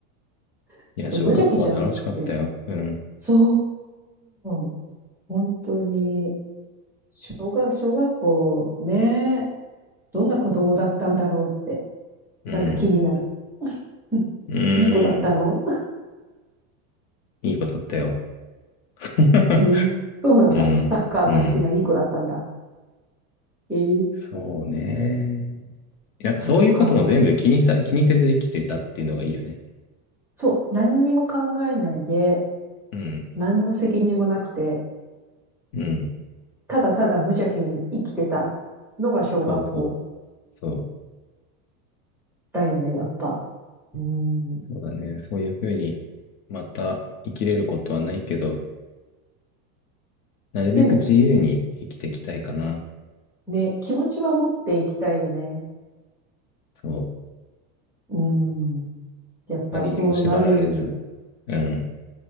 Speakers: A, in the centre; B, on the left.
A: <laughs>
B: いや、
A: そう無邪気じゃんだって。
B: 小学校は楽しかったよ。うん。
A: そう、本当に、小学、小学校ね、どんな子供だったんだろうって、
B: うん。
A: なんか気になる。<laughs>
B: うん。
A: いい子だったの
B: いいことあったよ。<laughs>
A: <laughs> ええそうなんだ。
B: うん。
A: サッカーが好きないい子だったんだ。
B: うん。
A: え
B: そうね。
A: え
B: なんかそういうことも全部気にさ、
A: そっか。
B: 気にせず生きてたっていうのがいいよね。
A: そう、何にも考えないで、
B: うん。
A: 何の責任もなくて、
B: うん。
A: ただただ無邪気に生きてたのが小学校
B: そうそう。そう。
A: だよね、やっぱ。うん。
B: そうだね。そういうふうに、また生きれることはないけど、なるべく自由に生きていきたいかな。
A: でも、ね、気持ちは持っていきたいよね。
B: そう。
A: うん。やっぱそうなるように。
B: 何にも縛られず。うん。